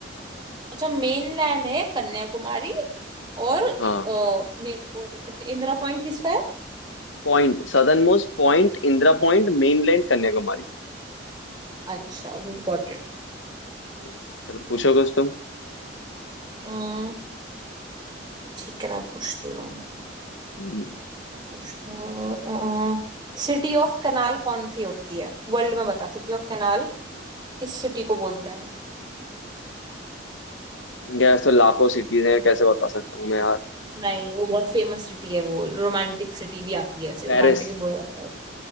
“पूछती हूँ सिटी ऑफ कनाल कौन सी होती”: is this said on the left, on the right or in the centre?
Right